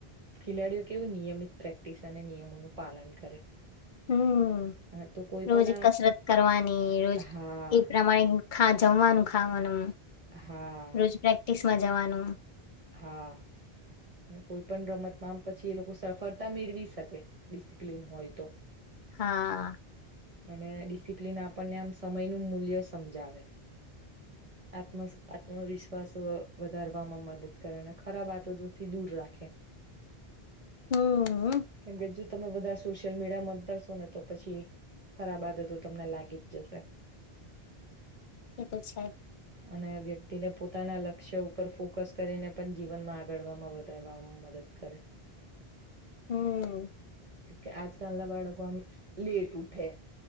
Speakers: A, on the right (about 35°); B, on the left (about 55°).
A: ખેલાડીઓ કેવું નિયમિત પ્રેક્ટિસ અને નિયમોનું. પાલન કરે.
B: હમ
A: હા તો કોઈ પણ
B: રોજ કસરત કરવાની રોજ
A: અ હા
B: એ પ્રમાણે. ખા જમવાનું ખાવાનું.
A: હા
B: રોજગારી. સમાં જવાનું.
A: હા અને કોઈ પણ રમતમાંમ પછી એ લોકો સફળતા મેળવી શકે ડિસિપ્લિન હોય તો.
B: હા.
A: અને ડિસિપ્લિન આપણને આમ સમયનું મૂલ્ય સમજાવે આ આત્મવિશ્વાસ વધારવામાં મદદ. કરે અને ખરાબ આતોથી દૂર રાખે.
B: હમ.
A: કેમકે જો તમે વધારે સોશિયલ મીડિયા મત ધરશો ને તો પછી ખરાબ આદતો તમને લાગી જ જશે.
B: એ તો છે.
A: અને વ્યક્તિને પોતાના લક્ષ્ય ઉપર ફોકસ કરીને. પણ જીવનમાં આગળમાં વધારવામાં મદદ કરે.
B: હમ.
A: કે આજકાલ ના બાળકો આમ લેટ ઉઠે